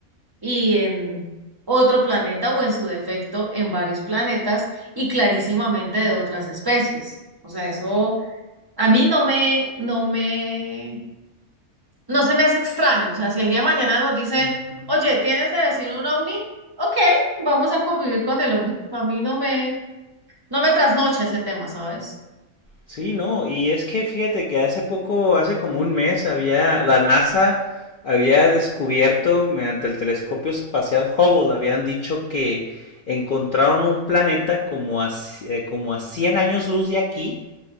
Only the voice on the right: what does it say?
y en otro planeta o en su defecto en varios planetas y clarísimamente de otras especies. O sea, eso a mí no me, no me no se me hace extraño. O sea, si el día de mañana nos dicen,
oye, ¿tienes de vecino un ovni? Ok, vamos a convivir con el ovni. A mí no me, no me trasnocha ese tema, ¿sabes?